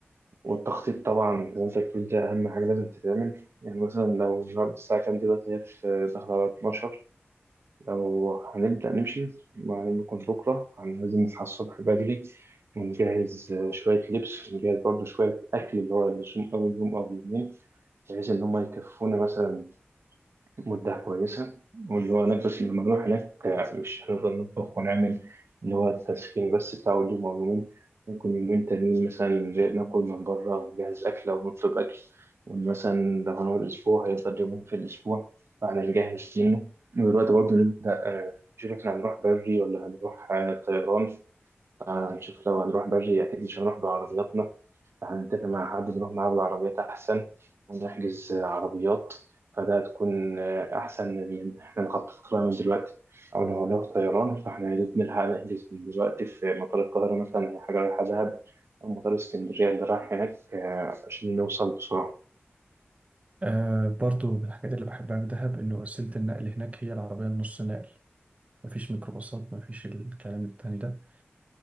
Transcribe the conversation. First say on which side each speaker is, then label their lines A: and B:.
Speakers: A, on the right; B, on the right.
A: والتخطيط طبعا زي ما انت بتقول ده أهم حاجة لازم تتعمل يعني مثلا لو النهاردة الساعة كام دلوقتي هي في- داخلة على 12 لو هنبدأ نمشي ما يكون بكرة يعني لازم نصحى الصبح بدري ونجهز آه، شوية لبس ونجهز برضه شوية أكل اللي هو اللي يصوم أول يوم أو يومين بحيث إن هما يكفونا مثلا مدة كويسة واللي هو نكبس لما نروح هناك آه، مش هنفضل نطبخ ونعمل اللي هو التسخين بس بتاع اليوم أو يومين ممكن يومين تانيين مثلا ناكل من بره نجهز أكل أو نطلب أكل ومثلا لو هنقعد أسبوع هيفضل يومين في الأسبوع فاحنا نجهز منه ودلوقتي برضه نبدأ آه، نشوف احنا هنروح بري ولا هنروح آه، طيران هنشوف لو هنروح بري أكيد مش هنروح بعربياتنا فهنتفق مع حد نروح معاه بالعربيات أحسن ونحجز عربيات فده هتكون أحسن من إن إحنا نخطط لها من دلوقتي أو لو هنروح طيران فإحنا يا دوب نلحق نحجز من دلوقتي في مطار القاهرة مثلا هي حاجة رايحة دهب أو مطار اسكندرية اللي رايح هناك آه، عشان نوصل بسرعة.
B: آه، برضو من الحاجات اللي بحبها في دهب إن وسيلة النقل هناك هي العربية النص نقل مفيش ميكروباصات مفيش الكلام التاني ده